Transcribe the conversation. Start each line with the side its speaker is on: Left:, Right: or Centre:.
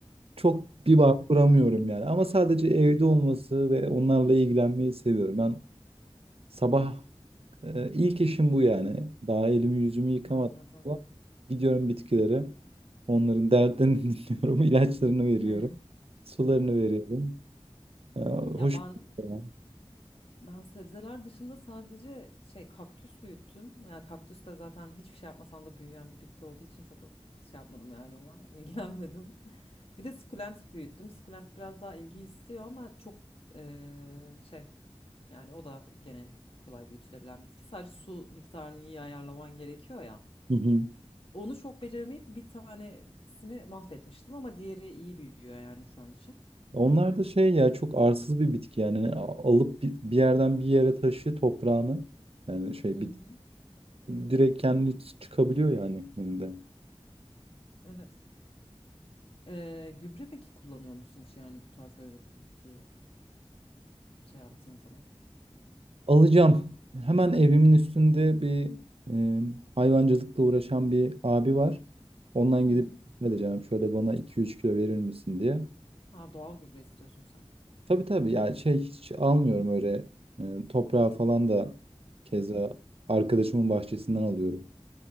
Right: Çok bir
Left: Hı hı.
Right: bağ kuramıyorum yani. Ama sadece evde olması ve onlarla ilgilenmeyi seviyorum. Ben Sabah e, ilk işim bu yani. Daha elimi yüzümü yıkamadım.
Left: Anladım.
Right: falan. Gidiyorum bitkilere. Onların derdlerini <laughs> dinliyorum. ilaçlarını veriyorum.
Left: <laughs>
Right: Sularını veriyorum. Ya, hoş
Left: Ya ben
Right: bir şey ya.
Left: Ben sebzeler dışında sadece şey kaktüs büyüttüm. Yani kaktüs de zaten hiçbir şey yapmasan da büyüyen bir bitki olduğu için çok şey yapmadım yani ona <laughs> ilgilenmedim. Bir de sukulent büyüttüm. Sukulent biraz daha ilgi istiyor ama çok eee, şey yani o da gene kolay büyütülebilen bitki. Sadece su miktarını iyi ayarlaman gerekiyor ya.
Right: Hı hı.
Left: Onu çok beceremeyip bir tanesini mahvetmiştim ama diğeri iyi büyüyor yani şu an için.
Right: Onlar da şey ya çok arsız bir bitki yani A- alıp bi- bir yerden bir yere taşı toprağını yani şey
Left: Hı
Right: bit
Left: hı.
Right: direkt kendi çıkabiliyor yani elinde.
Left: Evet. Ee, gübre peki kullanıyor musun hiç yani bu tarz böyle bitki şey yaptığın zaman. Ee,
Right: Alacağım. Hemen evimin üstünde bir e, hayvancılıkla uğraşan bir abi var. Ondan
Left: Hı
Right: gidip
Left: hı.
Right: ne diyeceğim şöyle bana iki üç kilo verir misin diye.
Left: Ha, doğal gübre istiyorsun sen.
Right: Tabii tabii yani şey hiç almıyorum öyle e, toprağı falan da keza
Left: Hı hı.
Right: arkadaşımın bahçesinden alıyorum.